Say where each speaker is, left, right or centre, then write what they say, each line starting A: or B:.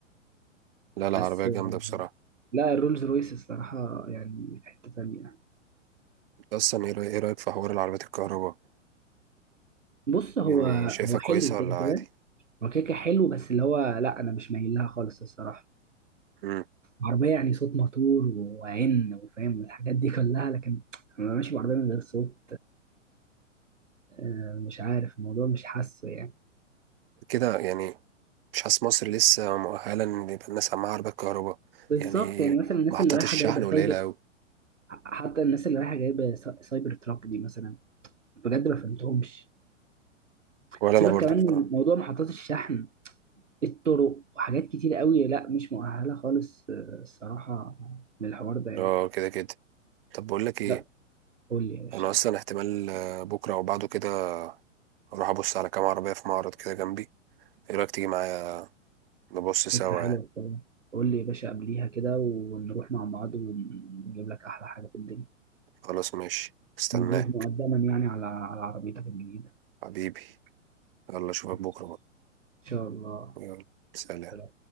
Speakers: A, on the right; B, on the right.
A: لا لا
B: بس
A: عربية جامدة بصراحة
B: لا الرولز رويس الصراحة يعني في حتة تانية
A: انت اصلا ايه رأي- إيه رأيك في حوار العربيات الكهرباء
B: بص هو
A: يعني شايفها
B: هو حلو
A: كويسة ولا
B: كده
A: عادي
B: كده هو كده كده حلو بس اللي هو لا أنا مش مايل لها خالص الصراحة
A: مم.
B: عربية يعني صوت موتور وعن وفاهم والحاجات دي كلها لكن أنا ماشي بعربية من غير صوت آه، مش عارف الموضوع مش حاسه يعني
A: كده يعني مش حاسس مصر لسه مؤهلة ان يبقى الناس عندها عربيات كهرباء
B: بالظبط
A: يعني
B: يعني مثلا الناس
A: محطات
B: اللي رايحة
A: الشحن
B: جايبة
A: قليلة
B: سايبر
A: اوي
B: حتى الناس اللي رايحة جايبة سا- سايبر تراك دي مثلا بجد ما فهمتهمش
A: ولا
B: سيبك
A: انا برضو
B: كمان
A: بصراحة
B: من موضوع محطات الشحن الطرق وحاجات كتير قوي لا مش مؤهلة خالص آه، الصراحة للحوار ده يعني
A: اه كده كده طب بقول لك ايه
B: لا قول لي يا باشا
A: انا اصلا احتمال آه، بكرة او بعده كده اروح ابص على كام عربية في معرض كده جنبي ايه رأيك تيجي معايا نبص سوا
B: فكرة حلوة
A: يعني
B: طبعا قول لي يا باشا قبليها كده ونروح مع بعض ونجيب لك أحلى حاجة في الدنيا
A: خلاص ماشي استناك
B: مبروك مقدما يعني على على عربيتك الجديدة
A: حبيبي يلا اشوفك
B: إن
A: بكره بقى
B: شاء الله
A: يلا سلام
B: سلام